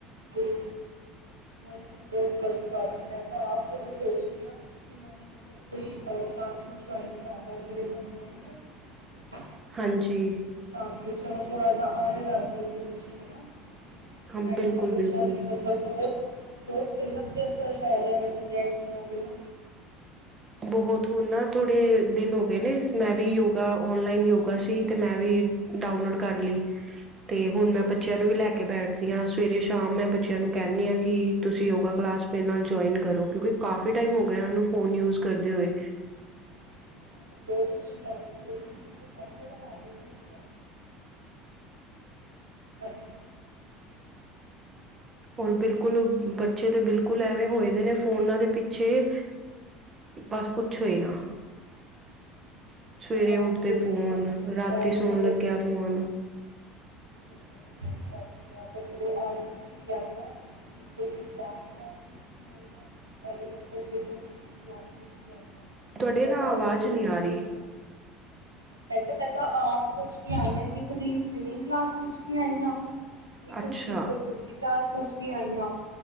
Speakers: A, on the right (about 85°); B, on the right (about 25°).
A: ਨਹੀਂ ਤੇ ਬਹੁਤ ਗ਼ਲਤ ਗਲ ਮੈਂ ਤਾਂ ਆਪ ਸਗੋਂ ਸੋਚ ਰਹੀ ਹਾਂ ਕਿ ਕੋਈ ਕਲਾਸਿਸ ਜਇਨ ਕਰਾ ਦਾ ਜਿਹੜੇ ਹੁੰਦੀਆ ਹਨ
B: ਹਾਂਜੀ।
A: ਤਾਂਕੀ ਚਲੋ ਥੋੜ੍ਹਾ ਜਾਹਾ ਆ ਰਹੇ ਲਗ ਜ਼ਿੰਦਗੀ ਵਿੱਚ ਹੀ ਹੈਨਾ।
B: ਹਾਂ ਬਿਲਕੁਲ
A: ਐਵੇੈਂ ਤਾਂ ਬੱਚਿਆਂ
B: ਬਿਲਕੁਲ
A: ਵੀ ਮਤਲਬ ਬਹੁਤ-ਬਹੁਤ ਸਿਹਤ 'ਤੇ ਅਸਰ ਪੈ ਰਿਹਾ ਮੈਂ ਤਾਂ ਦੇਖ ਕੇ ਦੇਨਾ
B: ਬਹੁਤ ਹੋਣ ਨਾ, ਥੋੜੇ ਦਿਨ ਹੋ ਗਏ ਨੇ ਮੈਂ ਵੀ ਯੋਗਾ ਓਨਲਾਈਨ ਯੋਗਾ ਸੀ ਤੇ ਮੈਂ ਵੀ ਡਾਊਨਲੋਡ ਕਰ ਲਈ। ਤੇ ਹੁਣ ਮੈਂ
A: ਅੱਛਾ,
B: ਬੱਚਿਆਂ ਨੂੰ ਵੀ ਲੈ ਕੇ
A: ਅੱਛਾ।
B: ਬੈਠਦੀ ਹਾਂ ਸਵੇਰੇ-ਸ਼ਾਮ ਮੈਂ ਬੱਚਿਆਂ ਨੂੰ ਕਹਿੰਦੀ ਹਾਂ ਕਿ ਤੁਸੀਂ ਯੋਗਾ ਕਲਾਸ ਮੇਰੇ ਨਾਲ ਜੁਆਇਨ ਕਰੋ ਕਿਉਂਕਿ ਕਾਫੀ ਟਾਈਮ ਹੋ ਗਿਆ ਇਹਨਾਂ ਨੂੰ ਫੋਨ ਯੂਜ ਕਰਦੇ ਹੋਏ।
A: ਇਹ ਤਾਂ ਬਹੁਤ ਅੱਛੀ ਗੱਲ ਹੈ ਜਦੋਂ ਤੁਸੀਂ ਕਿਸੇ ਪੈਸੇ ਦਾ ਲੈ ਨਾ <inaudible>
B: ਔਰ ਬਿਲਕੁਲ ਬੱਚੇ ਤੇ ਬਿਲਕੁਲ ਐਵੇਂ ਹੋਏ ਦੇ ਨੇ ਫੋਨਾਂ ਦੇ ਪਿੱਛੇ ਬਸ ਪੁੱਛੋ ਹੀ ਨਾ। ਸਵੇਰੇ
A: ਆਪ
B: ਉੱਠਦੇ
A: ਸੋਚ
B: ਫੋਨ
A: ਰੀ ਹਾਂ
B: ਰਾਤੀ
A: ਮੈਂ
B: ਸੌਣ
A: ਸਗੋ
B: ਲੱਗਿਆ ਫੋਨ
A: ਅਜੱ ਪੁਛ ਕਗ ਆਈ ਹਾ। ਕੁਛ ਡਾਸ ਕਲਾਸ ਕੁਛ ਜਿਹੜੀਆਂ ਸਕ ਕਲਾਸ ਵਿੱਚ ਵੀ ਆਈਆਂ
B: ਤੁਹਾਡੇ
A: ਮੈਂ
B: ਨਾ
A: ਤਾਂ
B: ਆਵਾਜ਼
A: ਆਈ ਸੀ ਦੇਖਣ
B: ਨਹੀਂ ਆ ਰਹੀ
A: ਵਿਚ ਮੈਂ ਕਿਹਾ ਮੈਂ ਤਾਂ ਆਪ ਪੁੱਛ ਕੇ ਆਈ ਹਾਂ ਇੱਕ ਦੀ ਸਵੀਮਿੰਗ ਕਲਾਸ ਪੁੱਛ ਕੇ ਆਈ ਹਾਂ। ਇੱਕ
B: ਅੱਛਾ
A: ਦੀ ਮਤਲਬ ਦੂਜੀ ਕਲਾਸ ਪੁੱਛ ਕੇ ਆਈ ਹਾਂ